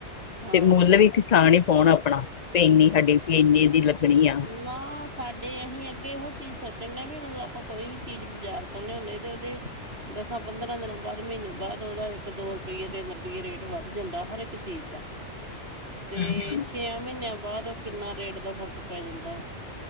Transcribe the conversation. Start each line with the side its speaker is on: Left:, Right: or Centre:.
Right: ਹਾਂ
Left: ਤੇ ਮੁੱਲ ਵੀ ਕਿਸਾਨ ਹੀ ਪਾਉਣ ਆਪਣਾ ਤੇ ਇੰਨੀ ਸਾਡੀ ਇੰਨੀ ਦੀ ਲੱਗਣੀ ਆ,
Right: ਨਾ ਸਾਡੇ ਅਸੀਂ ਅੱਗੇ ਇਹੋ ਚੀਜ਼ ਸੋਚਣ ਹੁੰਦੇ ਵੀ ਮਤਲਬ ਆਪਾਂ ਕੋਈ ਵੀ ਚੀਜ਼ ਬਾਜ਼ਾਰ ਤੋਂ ਲਿਆਦੇ ਤੇ ਉਹਦੇ ਦਸਾਂ ਪੰਦਰਾਂ ਦਿਨਾਂ ਬਾਅਦ ਮਹੀਨੇ ਬਾਅਦ ਉਹਦਾ ਇੱਕ ਦੋ ਰੁਪਈਏ ਤਿੰਨ ਰੁਪਏ ਰੇਟ ਵੱਧ ਜਾਂਦਾ ਹਰ ਇੱਕ ਚੀਜ਼ ਦਾ,
Left: <inaudible>
Right: ਅਤੇ
Left: ਹੂੰ
Right: ਛੇ ਮਹੀਨਿਆਂ ਬਾਅਦ ਉਹ ਕਿੰਨਾ ਰੇਟ ਦਾ ਫ਼ਰਕ ਪੈ ਜਾਂਦਾ, ਉਹ